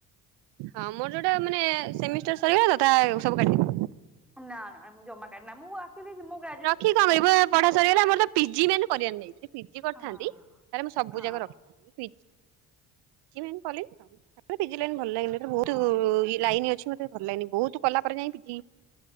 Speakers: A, on the right; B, in the centre.
A: ହଁ ମୋର ଯୋଉଟା ମାନେ ସେମିଷ୍ଟାର ସରଗଲା ତତା ସବୁ କାଟି ଦେବି।
B: ନା ନା ମୁଁ ଜମା କାଡେନା ମୁଁ ଆସିଲି ମୋ ଗା
A: ରଖି କଣ କରିବୁ ପଢା ସରିଗଲା ମୋର ତ ପିଜି ମାନେ କରିବାର ନାଇ। ଫିଜି କରିଥାନ୍ତି
B: ହଁ
A: ତାହେଲେ ମୁଁ ସବୁ ଯାକ ରଖିି ପି ପି ଜି କଲିନି ତା ପରେ ପିଜି ଲାଇନ ଭଲ ଲାଗେନି ହେରା ବହୁତ
B: ହଁ ହଁ
A: ଇ ଲାଇନ ଅଛି ମତେ ଭଲ ଲାଗେନି ବହୁତ କଲା ପରେ ଯାଇ P G